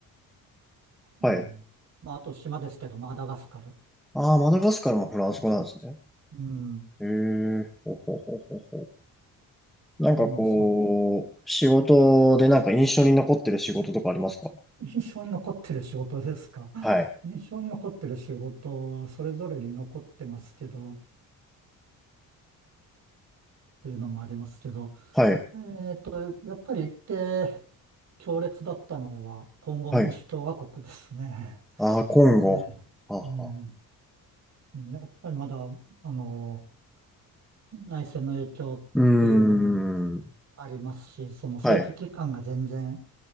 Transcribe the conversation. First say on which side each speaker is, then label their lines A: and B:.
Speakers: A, on the right; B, in the centre.
A: うん。
B: はい。
A: まあ、あと島ですけど、マダガスカル。
B: ああ、マダガスカルもフランス語なんですね。
A: うん。
B: へえ、ほうほうほうほうほう。なんかこう、
A: えーそう。
B: 仕事でなんか印象に残ってる仕事とかありますか
A: 印象に残ってる仕事ですか。<laughs>
B: はい。
A: 印象に残ってる仕事はそれぞれに残ってますけど、っていうのもありますけど、
B: はい。
A: えっと、やっぱり行って強烈だったのは、コンゴ民主共和国ですね。
B: はい。ああ、今後。
A: <laughs> えーうん。
B: はは。
A: やっぱりまだ、あの、内戦の影響っていうのも
B: うーん。
A: ありますし、その政府機関が全然、
B: はい。